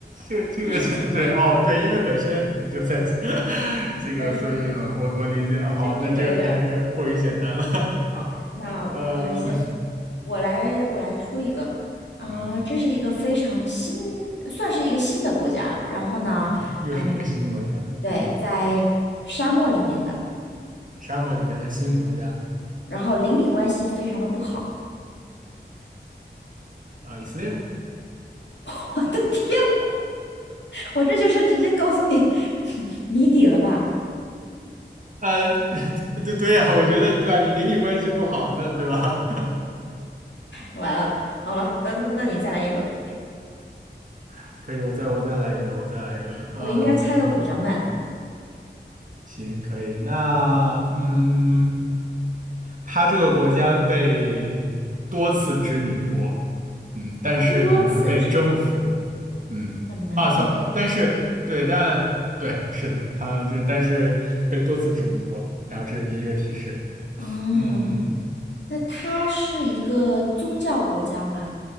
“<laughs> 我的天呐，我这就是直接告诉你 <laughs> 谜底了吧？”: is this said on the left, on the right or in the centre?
Left